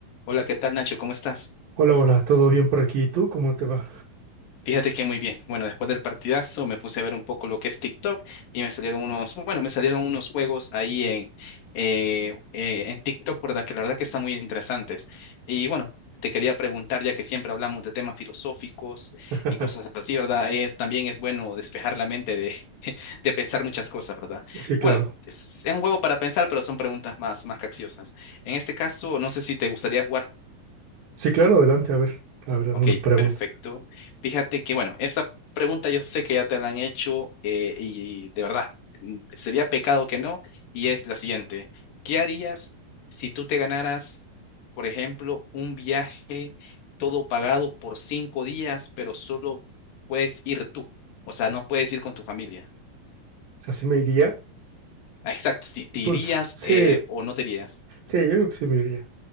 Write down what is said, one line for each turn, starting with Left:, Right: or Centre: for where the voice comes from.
Left: Hola, ¿qué tal Nacho? ¿Cómo estás?
Right: Hola, hola, ¿todo bien por aquí? ¿Y tú cómo te va?
Left: Fíjate que muy bien. Bueno, después del partidazo me puse a ver un poco lo que es TikTok y me salieron unos, bueno, me salieron unos juegos ahí en, eh, eh, en TikTok, ¿verdad? Que la verdad que están muy interesantes. Y bueno, te quería preguntar, ya que siempre hablamos de temas filosóficos
Right: <laughs>
Left: y cosas así, ¿verdad? Es, también es bueno despejar la mente de, <laughs> de pensar muchas cosas, ¿verdad?
Right: Sí, claro.
Left: Bueno, es, es un juego para pensar, pero son preguntas más, más capciosas. En este caso, no sé si te gustaría jugar.
Right: Sí, claro, adelante, a ver. A ver, hazme
Left: Ok,
Right: una pregunta.
Left: perfecto.
Right: O
Left: Fíjate que, bueno, esa pregunta yo sé que ya te la han hecho eh, y de verdad, mm, sería pecado que no, y es la siguiente. ¿Qué harías si tú te ganaras, por ejemplo, un viaje todo pagado por cinco días, pero solo puedes ir tú? O sea, no puedes ir con tu familia.
Right: sea, ¿sí me iría?
Left: Ah, Exacto, si te irías
Right: Pues sí,
Left: eh, o no te irías.
Right: sí, yo creo que sí me iría.